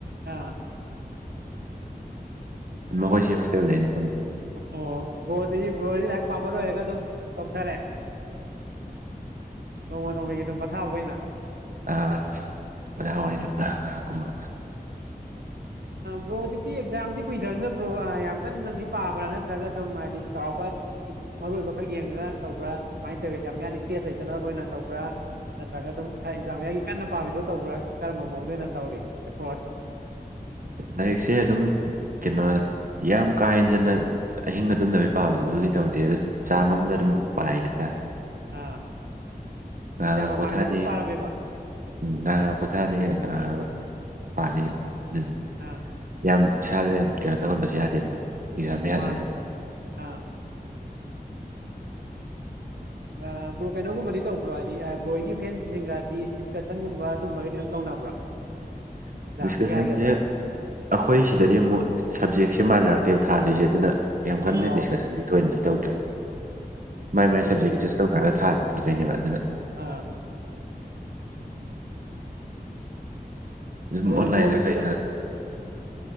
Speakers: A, on the right; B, on the right.
A: ꯑꯥ
B: ꯃꯈꯈꯣꯏ ꯁꯤ ꯍꯣꯁꯇꯦꯜ ꯂꯩꯅꯤ ꯄꯨꯟꯅ
A: ꯑꯣ ꯣꯗꯤ ꯔꯣ ꯂꯥꯏꯍꯥꯛ ꯄꯥꯕ ꯂꯣꯏꯔꯒ ꯑꯗꯨꯝ ꯇꯧꯊꯔꯦ ꯅꯣꯡꯃ ꯅꯣꯡꯃꯒꯤ ꯑꯗꯨꯝ ꯄꯊꯥꯕ ꯑꯣꯏꯅ
B: ꯑꯣꯖꯥ ꯑꯣꯏꯅ ꯉꯍ ꯀꯨꯝꯕ
A: ꯕ꯭ꯔꯣ ꯍꯧꯖꯤꯛꯇꯤ ꯑꯦꯛꯖꯥꯝꯗꯤ ꯀꯨꯏꯗꯕꯅꯤꯅ ꯕ꯭ꯔꯣ ꯌꯥꯝ ꯀꯟꯅꯗꯤ ꯄꯥꯕ꯭ꯔꯥ ꯅꯠꯇ꯭ꯔꯒ ꯑꯗꯨꯝ ꯍꯥꯏꯗꯤ ꯆꯥꯎ ꯇ ꯃꯔꯨꯑꯣꯏꯕ ꯈꯛ ꯌꯦꯡꯉꯒ ꯇꯧꯕ꯭ꯔꯥ ꯀꯃꯥꯏꯅ ꯇꯧꯋꯤ ꯌꯥꯝꯌꯥꯟ ꯏꯁꯇꯦꯖ ꯂꯩꯇꯅꯕ ꯑꯣꯏꯅ ꯇꯧꯕ꯭ꯔꯥ ꯅꯠꯇ꯭ꯔꯒ ꯑꯗꯨꯝ ꯈꯔ ꯑꯦꯛꯖꯥꯝ ꯌꯥꯒꯤ ꯀꯟꯅ ꯄꯥꯕꯤꯗꯣ ꯇꯧꯕ꯭ꯔꯥ ꯀꯔꯝꯕ ꯃꯑꯣꯡꯗ ꯑꯣꯏꯅ ꯇꯧꯔꯤ ꯑꯦꯄ꯭ꯔꯣꯁ
B: ꯂꯥꯏꯔꯤꯛꯁꯦ ꯑꯗꯨꯝ ꯀꯩꯅꯣ ꯌꯥꯝ ꯀꯥ ꯍꯦꯟꯖꯟꯅ ꯑꯍꯤꯡ ꯃꯇꯨꯡꯗꯕꯨ ꯄꯥꯕꯗꯨꯁꯨꯕꯨꯖꯤꯛ ꯇꯧꯗꯦ ꯑꯗꯣ ꯆꯥꯡ ꯑꯃꯝꯗ ꯑꯗꯨꯝ ꯄꯥꯏ ꯍꯥꯏꯇꯥꯔꯦ
A: ꯑꯥ
B: ꯉ
A: ꯑꯦꯛꯖꯥꯝ
B: ꯉ
A: ꯃꯃꯥꯡꯗꯗꯤ
B: ꯄꯣꯊꯥꯗꯤꯦ
A: ꯑꯗꯨꯝ ꯄꯥꯔꯝꯃꯦꯕ
B: ꯉꯥꯡ ꯉ ꯄꯣꯊꯥꯗꯦ ꯉ ꯄꯥꯅꯤ ꯑꯗꯨ
A: ꯑꯥ
B: ꯌꯥꯝ ꯏꯁꯥꯗ ꯌꯥꯝ ꯀꯦꯌꯔ ꯇꯧꯍꯟꯕꯁꯨ ꯌꯥꯗꯦꯅ ꯑꯦꯛꯖꯥꯝ ꯃꯌꯥꯅꯤꯅ
A: ꯃꯥꯟꯗꯤ ꯑꯥ ꯑ ꯕ꯭ꯔꯣ ꯀꯩꯅꯣꯒꯨꯝꯕꯗꯤ ꯇꯧꯕ꯭ꯔꯣ ꯑꯥꯏꯗꯤ ꯑ ꯕ꯭ꯔꯣꯏꯒꯤ ꯐꯦꯟꯖꯤꯡꯒꯗꯤ ꯗꯤꯁꯀꯁꯟꯒꯨꯝꯕ ꯑꯗꯨꯝꯕꯒꯗꯤ ꯑꯗꯨꯝ ꯇꯧꯅꯕ꯭ꯔꯣ
B: <inaudible>
A: ꯑꯦꯛꯖꯥꯝꯒꯤ
B: ꯗꯤꯁꯀꯁꯟꯖꯦ
A: ꯍꯥꯏꯒꯗ꯭ꯔꯥ
B: ꯑꯈꯣꯏ ꯁꯤꯗꯗꯤ ꯑꯃꯨ ꯁꯞꯖꯦꯛꯁꯦ ꯃꯥꯅꯔꯛꯇꯦꯕ ꯊꯥꯗꯣꯏꯁꯦ ꯑꯗꯨꯅ ꯌꯥꯝ ꯀꯟꯅ
A: ꯑꯣ
B: ꯗꯤꯁꯀꯁꯟꯒꯤ ꯊꯣꯏꯅꯗꯤ ꯇꯧꯗ꯭ꯔꯦ ꯃꯥꯏ ꯃꯥꯏ
A: ꯑꯣ
B: ꯁꯞꯖꯦꯛ
A: ꯁꯕꯖꯦꯛ
B: ꯆꯨꯁ ꯇꯧꯅꯔꯒ ꯊꯥꯗ ꯗꯣꯏꯅꯦꯕ ꯑꯗꯨꯅ
A: ꯑꯥ
B: ꯑꯗꯨꯝ
A: ꯑꯗꯨꯅ
B: ꯑꯣꯟꯂꯥꯏꯟꯗ
A: ꯕ꯭ꯔꯣꯒꯤꯁꯨ
B: ꯀꯩꯗ
A: ꯑꯗꯨꯝ